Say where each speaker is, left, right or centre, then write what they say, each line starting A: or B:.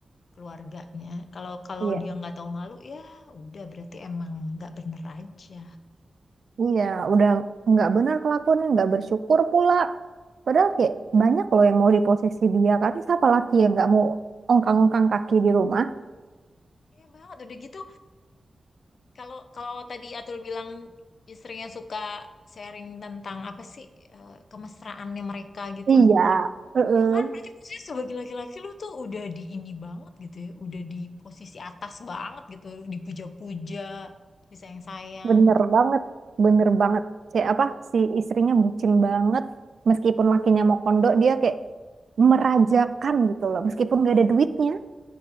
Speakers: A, on the left; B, on the right.
A: keluarganya. Kalau kalau
B: iya
A: dia nggak tahu malu ya udah berarti emang nggak bener aja.
B: iya udah nggak benar kelakuannya nggak bersyukur pula padahal
A: Hmm.
B: kayak banyak loh yang mau di posisi dia kan siapa laki yang nggak mau ongkang-ongkang kaki di rumah
A: Iya banget udah gitu kalau kalau tadi Atul bilang istrinya suka sharing tentang apa sih eh, kemesraannya mereka gitu.
B: iya Heeh.
A: Ya kan berarti maksudnya sebagai laki-laki lu tuh udah di ini banget gitu ya, udah di posisi atas banget gitu, dipuja-puja, disayang-sayang.
B: Bener banget, bener banget. Si apa si istrinya bucin banget. Meskipun lakinya mau kondo, dia kayak merajakan gitu loh. Meskipun gak ada duitnya.